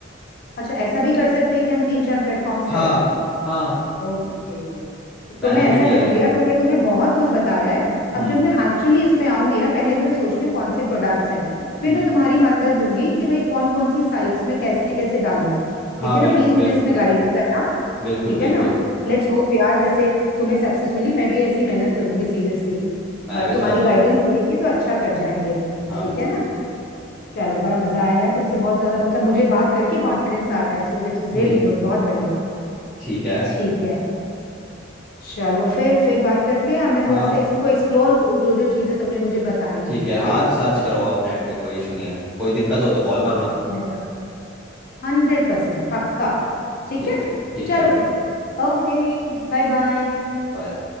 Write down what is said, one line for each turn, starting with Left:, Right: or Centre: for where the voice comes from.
Left: अच्छा ऐसा भी कर सकते हैं कि हम तीन चार प्लेटफॉर्म्स
Centre: हाँ
Left: करें
Centre: हाँ
Left: ओके तो
Centre: बेनिफिट
Left: मैं ऐसा
Centre: यही
Left: करूंगी
Centre: है
Left: यार तुमने मुझे बहुत कुछ बताया है अब
Centre: हम्म
Left: जब मैं एक्चुअली इसमें आऊंगी ना पहले तो मैं सोचती हूँ कौन से प्रोडक्ट्स हैं फिर
Centre: हम्म
Left: मैं तुम्हारी मदद लूंगी कि भाई कौन कौन सी साइट्स में कैसे कैसे डालूं
Centre: हाँ
Left: ठीक है
Centre: बिल्कुल
Left: ना प्लीज
Centre: बिल्कुल
Left: मुझे इसमें गाइड करना
Centre: बिल्कुल
Left: ठीक है
Centre: बिल्कुल
Left: ना लेट्स होप यार जैसे तुम्हें सक्सेस मिली मैं भी ऐसी मेहनत करूंगी सीरियसली
Centre: मैं
Left: बट
Centre: भी
Left: तुम्हारी
Centre: चाहता
Left: गाइडेंस
Centre: हूँ
Left: रहेगी तो अच्छा कर जाएंगे
Centre: हाँ
Left: ठीक है ना चलो बड़ा मजा आया यार तुमसे बहुत ज्यादा मतलब मुझे बात करके कॉन्फिडेंस आ रहा है so which is
Centre: हम्म
Left: really good बहुत बढ़िया
Centre: ठीक है
Left: ठीक है चलो फिर फिर बात करते हैं अब मैं
Centre: हाँ
Left: थोड़ा सा इसको एक्सप्लोर करूँ जो जो चीजें तुमने मुझे बताई
Centre: ठीक
Left: हैं
Centre: है
Left: ठीक
Centre: हाँ
Left: है
Centre: सर्च करो आप नेट पे कोई इशू नहीं है कोई दिक्कत हो तो कॉल करना
Left: हाँ मैं कर हंड्रेड परसेंट पक्का ठीक
Centre: ठीक
Left: है
Centre: है ठीक
Left: चलो
Centre: है
Left: फिर ओके Bye bye
Centre: बाय